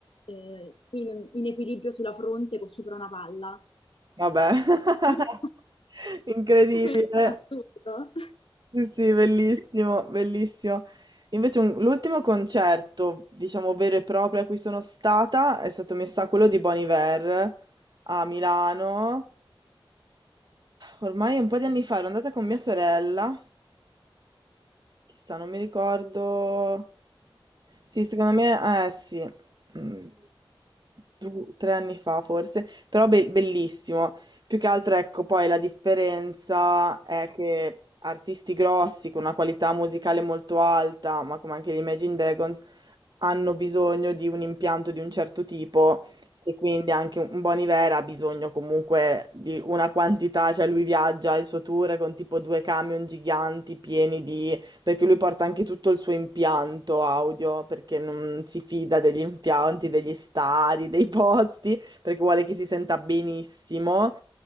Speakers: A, on the left; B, on the right.
A: eh, in, in equilibrio sulla fronte con sopra una palla.
B: Vabbè. <laughs>
A: <laughs>
B: Incredibile.
A: Questo è assurdo.
B: Sì, sì, bellissimo, bellissimo. Invece un- l'ultimo concerto, diciamo vero e proprio a cui sono stata, è stato messa a quello di Bon Iver a Milano. Ormai un po' di anni fa ero andata con mia sorella Chissà, non mi ricordo. Sì, secondo me, eh sì, Mm, du- tre anni fa forse, però be- bellissimo. Più che altro, ecco, poi la differenza è che artisti grossi con una qualità musicale molto alta, ma come anche gli Imagine Dragons, hanno bisogno di un impianto di un certo tipo e quindi anche un Bon Iver ha bisogno comunque di una quantità, cioè lui viaggia il suo tour con tipo due camion giganti pieni di perché lui porta anche tutto il suo impianto audio, perché non si fida degli impianti, degli stadi, dei posti, perché vuole che si senta benissimo